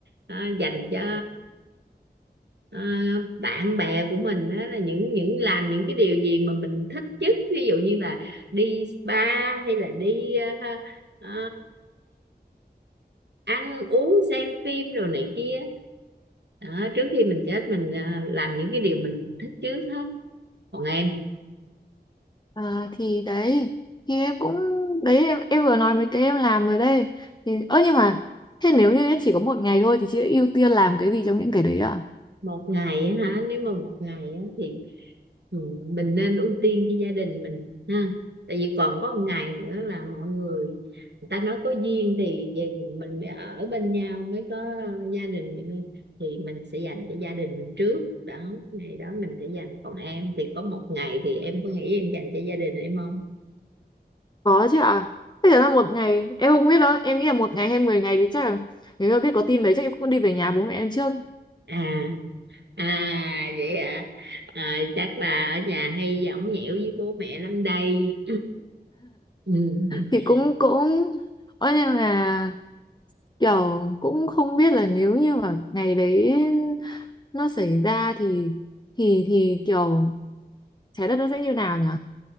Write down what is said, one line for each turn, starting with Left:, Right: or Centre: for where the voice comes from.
Right: à, dành cho à, bạn bè của mình á, là những những làm những cái điều gì mà mình thích nhất ví dụ như là đi spa hay là đi à, ha, à, ăn uống xem phim rồi này kia Đó, trước khi mình chết mình à, làm những cái điều mình thích trước hết còn em
Left: à, thì đấy thì em cũng đấy em em vừa nói mấy cái em làm rồi đây thì ơ nhưng mà thế nếu như em chỉ có một ngày thôi thì chị sẽ ưu tiên làm cái gì trong những cái đấy ạ
Right: một ngày á hả nếu mà một ngày á thì ừ, mình nên ưu tiên cho gia đình mình ha tại vì còn có một ngày nữa là mọi người người ta nói có duyên thì về mình mới ở bên nhau mới có gia đình mình thì mình sẽ dành cho gia đình mình trước đó ngày đó mình sẽ dành còn em thì có một ngày thì em có nghĩ em dành cho gia đình em không
Left: có chứ ạ thế là một ngày em không biết đâu em nghĩ là một ngày hay 10 ngày thì chắc là nếu mà biết có tin đấy chắc em cũng đi về nhà bố mẹ em trước
Right: à à vậy à, à chắc là ở nhà hay ổng nhẽo với bố mẹ lắm đây <clears throat> ừ.
Left: thì cũng cũng ơ nhưng mà kiểu cũng không biết là nếu như mà ngày đấy nó xảy ra thì thì thì kiểu trái đất nó sẽ như nào nhỉ